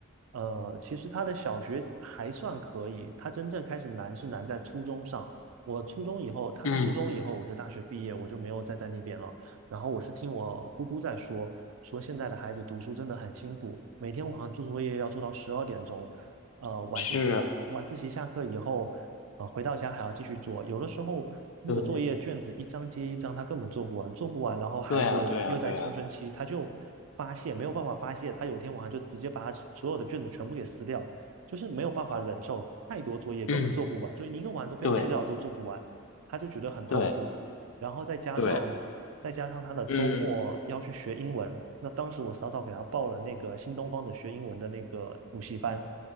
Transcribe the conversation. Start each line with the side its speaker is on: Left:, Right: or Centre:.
Right: 呃，其实他的小学还算可以，他真正开始难是难在初中上。我初中以后，他上初中以后，
Left: 嗯，
Right: 我就大学毕业，我就没有再在那边了。然后我是听我姑姑在说，说现在的孩子读书真的很辛苦，每天晚上做作业要做到十二点钟，呃晚自习晚自习下课以后，
Left: 是，
Right: 呃回到家还要继续做，有的时候那个作业卷子一张接一张，
Left: 对，
Right: 他根本做不完，做不完，然后孩子又在青春期，
Left: 对啊，对啊，对啊，
Right: 他就发泄，没有办法发泄，他有一天晚上就直接把他所有的卷子全部给撕掉，就是没有办法忍受太多作业，根本做不完，
Left: 嗯，
Right: 就你一个晚上都不要睡觉都做不完，
Left: 对
Right: 他就觉得很痛苦。
Left: 对
Right: 然后再加上再加上他的周末要去学英文，
Left: 对。嗯
Right: 那当时我早早给他报了那个新东方的学英文的那个补习班，